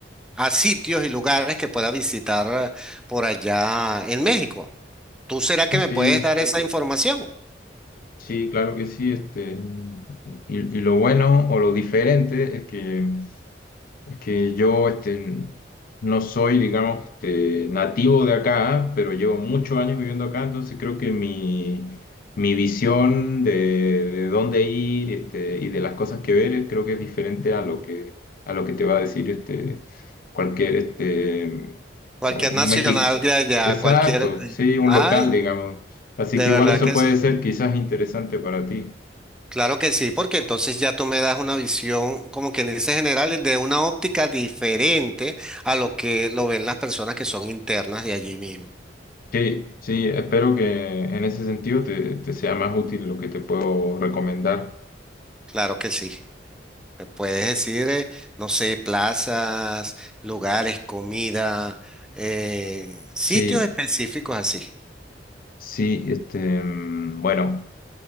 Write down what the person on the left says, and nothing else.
Ah,
sí.
Sí, claro que sí. Este, y, y lo bueno o lo diferente es que, es que yo este, no soy, digamos, este, nativo de acá, pero llevo muchos años viviendo acá, entonces creo que mi, mi visión de, de dónde ir este, y de las cosas que ver eh, creo que es diferente a lo que, a lo que te va a decir este, cualquier este,
un
México.
Exacto,
sí, un
local, digamos. Así
que
igual eso
puede
ser quizás interesante para ti.
Sí, sí, espero que en ese sentido te, te sea más útil lo que te puedo recomendar.
Sí,
sí, este, mm, bueno,